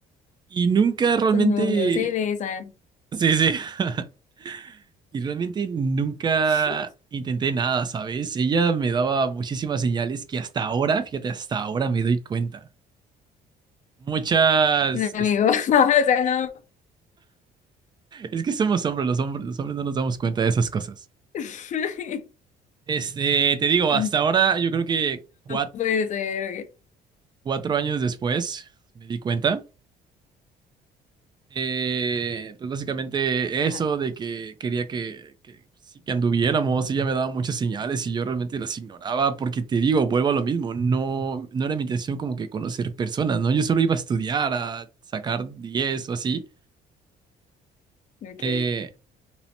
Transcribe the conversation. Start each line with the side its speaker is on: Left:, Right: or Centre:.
Right: Y nunca realmente...
Left: Son novios, se besan.
Right: Sí, sí. <laughs> Y realmente nunca
Left: <laughs>
Right: intenté nada, ¿sabes? Ella me daba muchísimas señales que hasta ahora, fíjate, hasta ahora me doy cuenta. Muchas...
Left: Un
Right: Es,
Left: amigo. <laughs> O sea, no.
Right: es que somos hombres, los hombres, los hombres no nos damos cuenta de esas cosas.
Left: <laughs>
Right: Este, te digo,
Left: No
Right: hasta ahora yo creo que cuat-
Left: puede ser. ok.
Right: cuatro años después me di cuenta. Eh, pues básicamente
Left: Ajá,
Right: eso de que quería que, que, sí, que anduviéramos, ella me daba muchas señales y yo realmente las ignoraba porque te digo, vuelvo a lo mismo, no, no era mi intención como que conocer personas, ¿no? Yo solo iba a estudiar, a sacar 10 o así.
Left: ok.
Right: Eh,